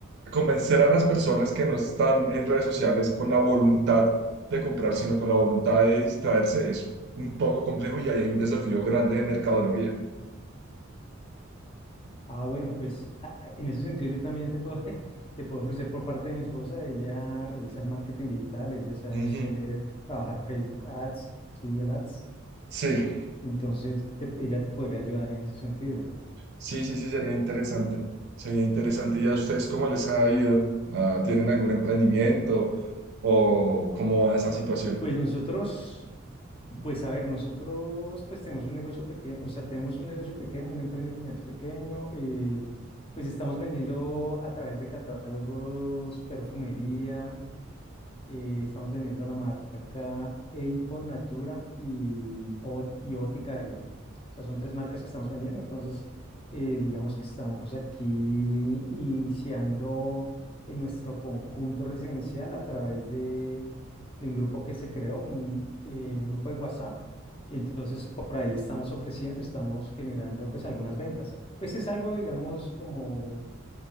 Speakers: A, on the right; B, on the left.
A: convencer a las personas que no están en redes sociales con la voluntad de comprar, sino con la voluntad de distraerse es un poco complejo y ahí hay un desafío grande de mercadología.
B: Ah, bueno, pues ah, ah, en ese sentido yo también te puedo <laughs> te puedo ofrecer por parte de mi esposa, ella realiza el marketing digital, ella sabe
A: Ujú.
B: hacer trabajar Facebook Ads, Google Ads.
A: Sí,
B: Entonces, te- ella te podría ayudar en ese sentido.
A: sí, sí, sí, sería interesante. Sería interesante. ¿Y a ustedes cómo les ha ido? Ah, ¿tienen algún emprendimiento o cómo va esa situación?
B: Pues nosotros, pues a ver, nosotros pues tenemos un negocio pequeño, o sea, tenemos un negocio pequeño, un emprendimiento pequeño, eh, pues estamos vendiendo a través de catálogos, perfumería Eh, estamos vendiendo la marca Avon Natura y, O- y Boticario. O sea, son tres marcas que estamos vendiendo. Entonces, eh, digamos que estamos aquí iniciando en nuestro conjunto residencial a través de, de un grupo que se creó, un, eh, un grupo de WhatsApp. Y entonces por ahí estamos ofreciendo, estamos generando pues algunas ventas. Pues es algo, digamos, como,